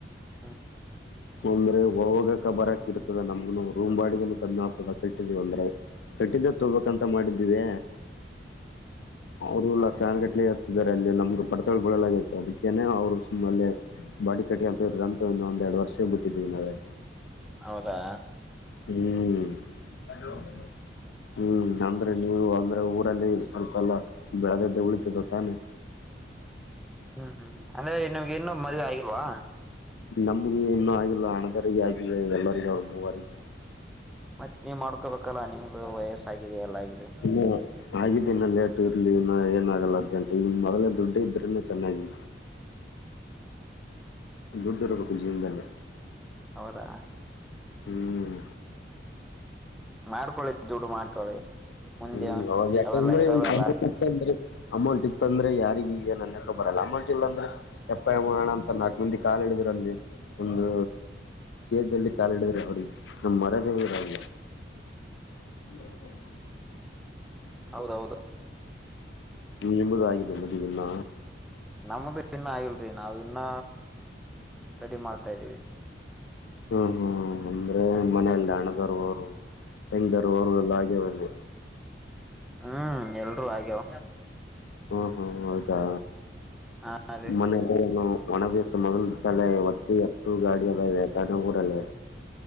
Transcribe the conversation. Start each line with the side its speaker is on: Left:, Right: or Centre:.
Centre: ಹಾ
Left: ಅಂದ್ರೆ ಹೋಗಕ ಬರಕ್ ಇರ್ತದ ನಮ್ಗ ರೂಮ ಬಾಡಗನು ಕಮ್ಮಿ ಆಗ್ತದ ಕತಿದೀ ಅಂದ್ರೆ ಕಟ್ಟಿದ್ದ ತೋಗಬೇಕಕ್ಂತ ಮಾಡಿದ್ದೀವಿ
Centre: ಹ್ಮ
Left: ಅವ್ರು ಲಕ್ಷಣಗಟ್ಲೆ ಹತ್ತಿದ್ದಾರೆ ಅಲ್ಲಿ ನಮ್ಗೆ ಪಡ್ತ ಬಡಲಾಗಿತ್ತು ಅದಕ್ಕನೆ ಅವ್ರು ಸುಮ್ಮ ಬಾಡಿ ಕಟ್ಟಿ ಅಂತಿದಂತು ಇನ್ನೊಂದ್ ಎರಡ್ ವರ್ಷ ಬಿಟ್ಟಿದ್ವಿ ನಾವೇ
Centre: ಹೌದಾ
Left: ಹ್ಮ್ೋ
Centre: ಹ್ಮ್
Left: ಹ್ಮ್ ಅಂದ್ರೆ ನೀವು ಅಂದ್ರೆ ಊರಲ್ಲಿ ಸ್ವಲ್ಪ ಎಲ್ಲಾ ಬೆಳೆದದ್ದೆ ಉಳಿತದ ತಾನೇ
Centre: ಹ್ಮ್ ಹ್ಮ್ ಅಂದ್ರೆ ನಿಮ್ಗೆ ಇನ್ನೂ ಮದ್ವೆ ಆಗಿಲ್ವಾ
Left: ನಮ್ಗೆ ಇನ್ನೂ ಆಗಿಲ್ಲ ಹಣದರಿಗೆ ಆಗಿಲ್ಲ ಎಲ್ಲರಿಗ ಅವರು ಮೂವರಿಗೆ
Centre: ಮತ್ತತ್ ನೀವ್ ಮಾಡ್ಕೋಬೇಕಲ್ಲಾ ನಿಮ್ದು ವಯಸ್ಸಾಗಿದೆ ಎಲ್ಲ ಆಗಾಗಿದೆ
Left: ಧನ್ಯವಾದ ಆಗಿದ್ದ ಇನ್ನ ಲೇಟ್ು ಇರ್ಲಿ ನ ಏನ ಆಾಗಲ್ಲ ಅರ್ಜೆಂಟ್ ಈ್ ಮೊದಲೇ ದುಡ್ಡು ಇದ್ರೆನೆ ಚೆನ್ನಾಗಿ
Centre: ಹಾ ಹಾ
Left: ದುಡ್ಡು ದಡ್ಬೇಕು ಜೀವದೇ
Centre: ಹೌದಾ
Left: ಹ್ಮ್
Centre: ಮಾಡ್ಕೊಳ್ಳಳಿ ದುಡ್ಡು ಮಾಡ್ಕೊಳ್ಳಿ ಮುಂದೆ
Left: ಹ್ಮ್ ಅವ ಯಾಕಂದ್ರ
Centre: ಅವೆಲ್ಲ ಇರಾವಲ್ಲ
Left: ಇಂದ್ರೆ ಅಮೌಂಟ್ ಇತ್ತ ಅಂದ್ರೆ ಯಾರಿಗ ಈಗ ನನ್ ಹಕೊ ಬರಲ್ಲ ಅಮೌಂಟ್ ಇಲ್ಲ ಅಂದ್ರೆ ಎಪ್ಪಾಯ ಮಾಡ ಅಂತ ನಾಕು ಮಂದಿ ಕಾಾಲಿಳಿದ್ರ ಅಲ್ಲಿ ಒಂದು ದಲ್ಲಿ ಕಾಲಿಡಿದ್ರಿ ಅವಿ ನಮ್ ಮರದೇರ ಅವ
Centre: ಹ್ಮ
Left: ಬರ
Centre: ಹೌದೌದು
Left: ಎಂಬುದಿದ್ದ ಮದುವಿನ
Centre: ನಮ್ದ ಇನ್ನ ಆಗಲ್ರಿ ನಾವವು ಇನ್ನ ಸ್ಟಡಿ ಮಾಡ್ತಾ್ದೀವಿ
Left: ಹ್ಮ್ ಹ್ಮ್ ಅಂದ್ರೆ ಮನಲ್ಲ ಹಣ್ಣಗಾರ ಅವರು ಹೆಂಗರು ಅವರು ಎಲ್ಲ ಆಗ್ಯವನು
Centre: ಹ್ಮ್ ಎಲ್ರುೂರು ಆ್ಯಾವ
Left: ಹಾ ಹಾ ಹೌದಾ
Centre: ಹಾ ರೀ
Left: ಮನೆಯಲ್ಲ ಏನು ಒಣ ವ್ಯಸ ಮೊದಲ ತಳೆ ಒತ್ತ ಎತ್ತು ಗಾಡಿ ಅದ ಇದೆ ಕನಗೂರಲ್ಲ